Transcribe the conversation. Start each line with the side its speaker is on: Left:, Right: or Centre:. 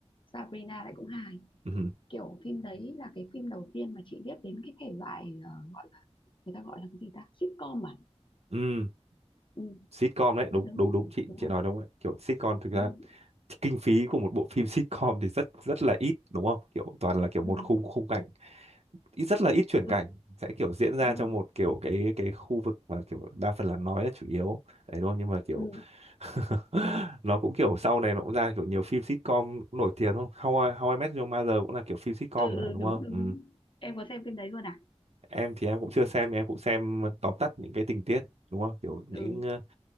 Left: Sabrina lại cũng hài
Right: ừ.
Left: kiểu phim đấy là cái phim đầu tiên mà chị biết đến cái thể loại ờ, gọi là người ta gọi là cái gì ta sitcom à
Right: ừ.
Left: ừ
Right: sitcom đấy đúng
Left: gần đúng
Right: đúng đúng chị
Left: đúng
Right: chị
Left: rồi
Right: nói đúng đấy kiểu sitcom thực ra
Left: ừ
Right: kinh phí của một bộ phim sitcom thì rất rất là ít đúng không kiểu toàn là kiểu
Left: ừ
Right: một khung khung cảnh ít rất là ít chuyển
Left: ừ,
Right: cảnh sẽ kiểu diễn ra
Left: đúng
Right: trong
Left: rồi
Right: một kiểu cái cái khu vực mà kiểu đa phần là nói là chủ yếu đấy đúng không nhưng mà kiểu
Left: ừ
Right: <laughs> nó cũng kiểu sau này nó cũng ra kiểu nhiều phim sitcom cũng nổi tiếng đúng không How I, How I Met Your Mother cũng là kiểu phim sitcom
Left: ừ
Right: mà
Left: ừ,
Right: đúng
Left: đúng
Right: không
Left: đúng
Right: ừ.
Left: đúng em có xem phim đấy luôn à
Right: em thì em cũng chưa xem em cũng xem tóm tắt những cái tình tiết đúng không kiểu những
Left: ừ
Right: ờ,